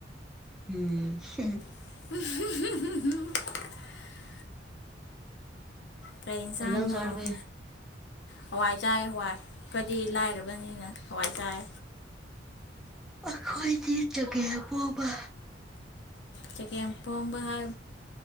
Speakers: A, in the centre; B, on the left.
A: ꯎꯝꯍꯍ
B: <unintelligible> ꯀꯔꯤ ꯏꯟꯁꯥꯡꯅꫭ꯫
A: ꯀꯩ ꯏꯟꯖꯥꯡ ꯆꯥꯔꯒꯦ
B: ꯍꯋꯥꯏ ꯆꯥꯏ ꯍꯋꯥꯏ ꯈꫭꯏꯗꯤ ꯂꯥꯏꯔꯕꯅꯤꯅ ꯍꯋꯥꯏ ꯆꯥꯏ꯫
A: ꯑꯈꯣꯏꯗꯤ ꯆꯒꯦꯝꯕꯣꯕ꯫
B: ꯆꯒꯦꯝꯄꯣꯝꯕ ꯍꯥꯏ